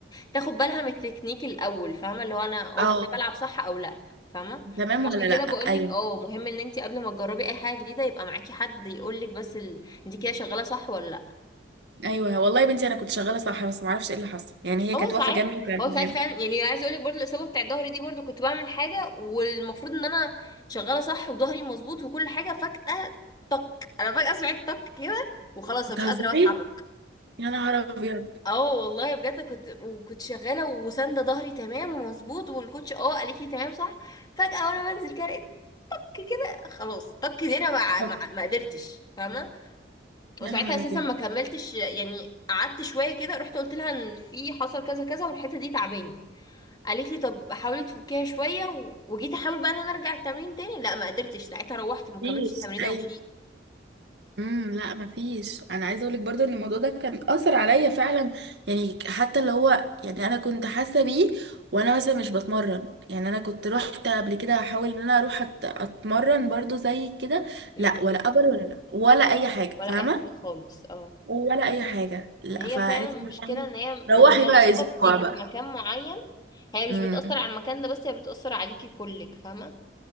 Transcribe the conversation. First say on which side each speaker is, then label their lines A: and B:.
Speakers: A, on the left (about 20°); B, on the right (about 70°).
A: تاخد بالها من التكنيك الاول فاهمه اللي هو انا اه
B: اه
A: كده بلعب صح او لا فاهمه
B: تمام
A: عشان
B: ولا لا
A: كده
B: ايوه
A: بقولك اه مهم ان انت قبل ما تجربي اي حاجه جديده يبقى معاكي حد يقولك بس ال... انت كده شغاله صح ولا لا
B: ايوه والله يا بنتي انا كنت شغاله صح بس ما اعرفش ايه اللي حصل يعني هي
A: هو
B: كانت
A: ساعات
B: واقفه جنبي وكانت
A: هو
B: تمام
A: ساعات فعلا يعني عايزه اقولك برضو الاصابه بتاع ظهري دي برضو كنت بعمل حاجه والمفروض ان انا شغاله صح وظهري مظبوط وكل حاجه فجاه طك انا فجاه سمعت طك كده وخلاص
B: بتهزري
A: انا مش قادره اتحرك
B: يا نهار ابيض
A: اه والله بجد كنت وكنت شغاله وساندة ظهري تمام ومظبوط والكوتش اه قالت لي تمام صح فجاه وانا بنزل كده لقيت طك كده خلاص طك دي انا
B: طب،
A: ما ما ما قدرتش فاهمه
B: يا
A: وساعتها
B: نهار
A: اساسا
B: ابيض
A: ما كملتش يعني قعدت شويه كده رحت قلت لها ان في حصل كذا كذا والحته دي تعباني قالت لي طب حاولي تفكيها شويه و... وجيت احاول بقى ان انا ارجع التمرين تاني لا ما قدرتش ساعتها روحت ما
B: مفيش
A: كملتش التمرين
B: أيوه.
A: ومشيت
B: امم لا مفيش انا عايزه اقولك برضو ان الموضوع ده كان اثر عليا فعلا يعني حتى اللي هو يعني انا كنت حاسه بيه وانا مثلا مش بتمرن يعني انا كنت رحت قبل كده احاول ان انا اروح أت- اتمرن برضو زي كده
A: امم
B: لا ولا ابر ولا لا ولا اي حاجه
A: ولا
B: فاهمه
A: اي حاجه خالص اه
B: ولا اي حاجه لا
A: ما هي
B: فقالت
A: فعلا
B: لي
A: المشكله ان هي
B: روحي
A: لما
B: بقى
A: الاصابه
B: اسبوع
A: بتيجي
B: بقى
A: في مكان معين هي مش
B: امم
A: بتأثر على المكان ده بس هي بتأثر عليكي كلك فاهمة